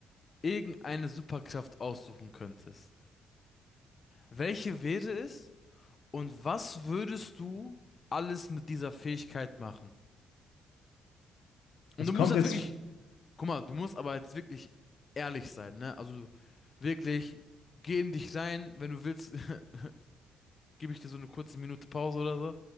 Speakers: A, on the left; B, on the left.
A: irgendeine Superkraft aussuchen könntest, welche wäre es und was würdest du alles mit dieser Fähigkeit machen? Und
B: es
A: du musst
B: kommt
A: jetzt
B: jetzt.
A: wirklich Guck mal, du musst aber jetzt wirklich ehrlich sein, ne? Also wirklich, geh in dich rein, wenn du willst, <laughs> gebe ich dir so eine kurze Minute Pause oder so